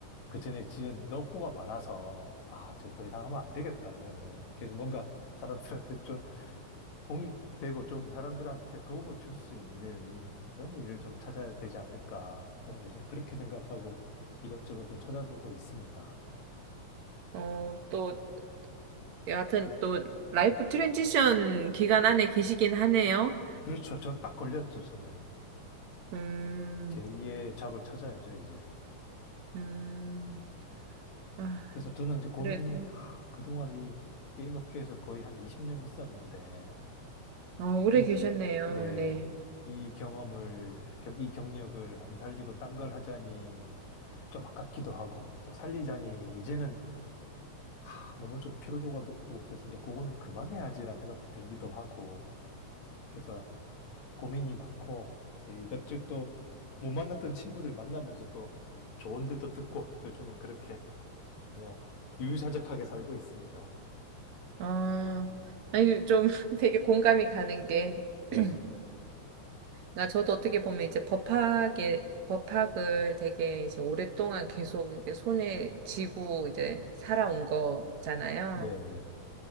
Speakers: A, on the left; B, on the right.
A: 그전에 지은 이가 업보가 많아서 아, 저 더 이상 하면 안 되겠다, 이거는. 그래서 뭔가 사람들한테 공익되고 좀 사람들한테 도움을 줄 수 있는 그런 일을 좀 찾아야 되지 않을까. 저는 요즘 그렇게 생각하고 이것저것 좀 찾아보고 있습니다.
B: 어, 또 여하튼 또 라이프 트랜지션 기간 안에 계시긴 하네요.
A: 그렇죠. 저 딱 걸렸죠, 저는.
B: 음,
A: 제2의 잡을 찾아야죠, 이제.
B: 음, 아,
A: 그래서 저는 이제 고민이,
B: 그래도
A: 하, 그동안 이 게임 업계에서 거의 한 20년 있었는데,
B: 어, 오래
A: 이,
B: 계셨네요.
A: 네,
B: 네.
A: 이 경험을, 경- 이 경력을 안 살리고 딴 걸 하자니 좀 아깝기도 하고, 또 살리자니 이제는 하, 너무 좀 피로도가 높고 그래서 이제 그거는 그만해야지라는 생각도 들기도 하고 그래서 고민이 많고 예, 이것저것 또 못 만났던 친구들 만나면서 또 조언들도 듣고 요즘은 그렇게 그냥 유유자적하게 살고 있습니다.
B: 아, 아니, 좀 <laughs> 되게 공감이 가는 게,
A: 네.
B: <clears throat> 나 저도 어떻게 보면 이제 법학에, 법학을 되게 이제 오랫동안 계속 이제 손에 쥐고 이제 살아온 거잖아요.
A: 네네.